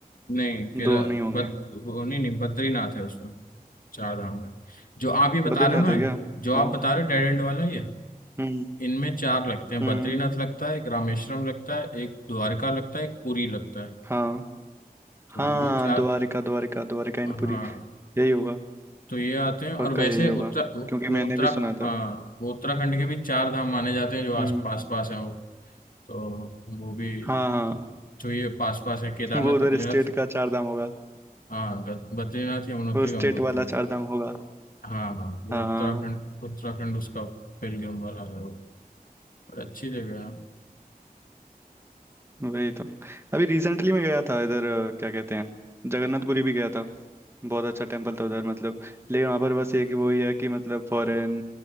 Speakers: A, on the left (about 60°); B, on the right (about 15°).
A: नहीं
B: दो
A: केदा
B: नहीं होंगे
A: बद वो नहीं नहीं बद्रीनाथ है उसमें चार धाम में जो आप ये बता
B: बद्रीनाथ
A: रहे हो ना
B: है क्या
A: जो आप
B: ओ
A: बता रहे हो डेड एंड वाला ये
B: हम्म
A: इनमें चार लगते हैं
B: हम्म
A: बद्रीनाथ लगता है एक रामेश्वरम लगता है एक द्वारका लगता है एक पुरी लगता है
B: हाँ
A: तो
B: हाँ
A: ये चार
B: द्वारिका द्वारिका द्वारिका एंड
A: हाँ
B: पुरी यही होगा
A: तो ये आते हैं और
B: पक्का
A: वैसे
B: यही होगा
A: उत्तर
B: क्योंकि
A: वो
B: मैंने
A: उत्तरा
B: भी सुना
A: हाँ
B: था
A: वो उत्तराखंड के भी चार धाम माने जाते हैं जो आस
B: हम्म
A: पास पास हैं वो तो वो भी
B: हाँ हाँ
A: जो ये पास पास है केदारनाथ
B: वो उधर
A: बद्रीनाथ
B: स्टेट का चार धाम होगा
A: हाँ ग- बद्रीनाथ यमुनोत्री
B: वो
A: गंगोत्री
B: स्टेट वाला चार धाम होगा
A: हाँ हाँ वो
B: हाँ
A: उत्तराखंड उत्तराखंड उसका पेलग्रिम वाला है वो बड़ी अच्छी जगह है
B: वही तो अभी रिसेंटली मैं गया था इधर अ, क्या कहते हैं जगन्नाथपुरी भी गया था बहुत अच्छा टेम्पल था उधर मतलब लेकिन वहाँ पर बस ये कि वही है कि मतलब फॉरेन